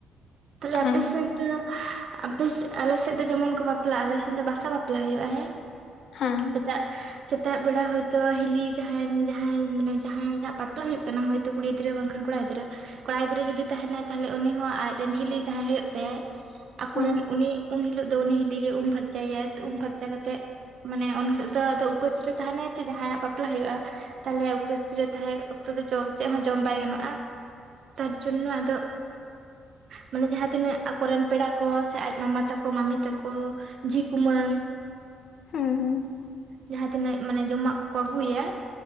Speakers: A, on the right; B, on the left.
A: ᱛᱟᱞᱦᱮ
B: ᱦᱮᱸ
A: ᱟᱯᱮᱥᱮᱫ ᱦᱳᱭ ᱛᱚ ᱟᱯᱮ ᱥᱮ ᱟᱞᱮ ᱥᱮᱫ ᱫᱚ ᱡᱮᱢᱚᱱ ᱠᱚ ᱵᱟᱯᱞᱟᱜᱼᱟ ᱟᱞᱮ ᱥᱮᱫ ᱫᱚ ᱵᱟᱥᱟ ᱵᱟᱯᱞᱟ ᱦᱩᱭᱩᱜᱼᱟ ᱦᱮᱸ᱾
B: ᱦᱮᱸ
A: ᱥᱮᱛᱟᱜ ᱥᱮᱛᱟᱜ ᱵᱮᱲᱟ ᱦᱳᱭᱛᱳ ᱦᱤᱞᱤ ᱡᱟᱦᱟᱸᱭᱱ ᱡᱟᱦᱟᱸᱭ ᱢᱟᱱᱮ ᱡᱟᱦᱟᱭ ᱥᱟᱜ ᱵᱟᱯᱞᱟ ᱦᱩᱭᱩᱜ ᱠᱟᱱᱟ ᱦᱳᱭᱛᱳ ᱠᱩᱲᱤ ᱜᱤᱫᱽᱨᱟᱹ ᱵᱟᱝᱠᱷᱟᱱ ᱠᱚᱲᱟ ᱜᱤᱫᱽᱨᱟᱹ ᱠᱚᱲᱟ ᱜᱤᱫᱽᱟᱹ ᱡᱩᱫᱤ ᱛᱟᱦᱮᱱᱟ ᱛᱟᱦᱚᱞᱮ ᱩᱱᱤ ᱦᱚᱸ ᱟᱡᱨᱮ ᱨᱮᱱ ᱦᱤᱞᱤ ᱡᱟᱦᱟᱸᱭ ᱦᱳᱭᱳᱜ ᱛᱟᱭᱟ ᱟᱠᱚᱨᱮᱱ
B: ᱦᱮᱸ
A: ᱩᱱᱤ ᱩᱱ ᱦᱤᱞᱳᱜ ᱫᱚ ᱩᱱᱤ ᱦᱤᱞᱤ ᱜᱮ ᱩᱢ ᱯᱷᱟᱨᱪᱟᱭᱟ ᱛᱚ ᱩᱢ ᱯᱷᱟᱨᱪᱟ ᱠᱟᱛᱮᱜ᱾ ᱢᱟᱱᱮ ᱩᱱ ᱦᱤᱞᱳᱜ ᱫᱚ ᱟᱫᱚ ᱩᱯᱟᱹᱥ ᱨᱮ ᱛᱟᱦᱮᱱᱟᱭ ᱛᱚ ᱡᱟᱦᱟᱸᱭᱟᱜ ᱵᱟᱯᱞᱟ ᱦᱳᱭᱳᱜᱼᱟ᱾ ᱛᱟᱦᱚᱞᱮ ᱩᱯᱟᱹᱥ ᱨᱮ ᱛᱟᱦᱮᱸ ᱚᱠᱛᱚ ᱫᱚ ᱡᱚᱢ ᱪᱮᱫ ᱦᱚᱸ ᱡᱚᱢ ᱵᱟᱭ ᱜᱟᱱᱚᱜᱼᱟ ᱛᱟᱨ ᱡᱚᱱᱱᱚ ᱟᱫᱚ ᱢᱟᱱᱮ ᱡᱟᱦᱟᱸ ᱛᱤᱱᱟᱹᱜ ᱟᱠᱚᱨᱮᱱ ᱯᱮᱲᱟ ᱠᱚ ᱥᱮ ᱟᱡ ᱢᱟᱢᱟ ᱛᱟᱠᱚ ᱢᱟᱢᱤ ᱛᱟᱠᱚ ᱡᱷᱤ ᱠᱩᱢᱟᱹᱝ
B: ᱦᱮᱸ ᱦᱮᱸ
A: ᱡᱟᱦᱟᱸ ᱛᱤᱱᱟᱹᱜ ᱢᱟᱱᱮ ᱡᱚᱢᱟᱜ ᱠᱚᱠᱚ ᱟᱹᱜᱩᱭᱟ᱾